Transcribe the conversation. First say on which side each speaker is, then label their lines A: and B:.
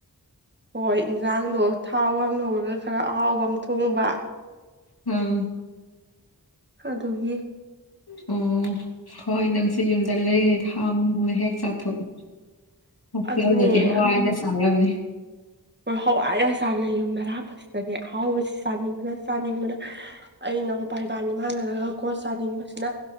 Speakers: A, on the right (about 30°); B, on the left (about 80°).
A: ꯍꯣꯏ ꯏꯟꯖꯥꯡꯗꯣ ꯊꯥꯎ ꯋꯥꯡꯅꯧꯔꯒ ꯈꯔ ꯑꯍꯥꯎꯕ ꯑꯃ ꯊꯣꯡꯕ
B: ꯎꯝ
A: ꯑꯗꯨꯒꯤ
B: ꯑꯣ ꯍꯣꯏ ꯅꯪꯁꯨꯦ ꯌꯨꯝꯗ ꯂꯩꯔꯤꯉꯩꯗ ꯍꯥꯎꯅ ꯍꯣꯡꯅ ꯍꯦꯛ ꯆꯥꯊꯣꯛꯎ ꯍꯦꯇꯩꯜꯗꯗꯤ
A: ꯑꯗꯨꯅꯦ
B: ꯍꯋꯥꯏ ꯗ ꯆꯥꯔꯝꯅꯤ
A: ꯍꯣꯏ ꯍꯋꯥꯏꯔ ꯆꯥꯟꯅꯩ ꯌꯨꯝ ꯑꯔꯥꯄꯁꯤꯗꯅꯦ ꯑꯍꯥꯎꯕꯁꯤ ꯆꯥꯅꯤꯡꯕꯅ ꯆꯥꯅꯤꯡꯕꯗ ꯑꯩ ꯏꯅꯥꯎꯄꯥ ꯏꯕꯥꯅꯤꯃꯥꯟꯅꯔꯒ ꯀꯣꯠ ꯆꯥꯅꯤꯡꯕꯁ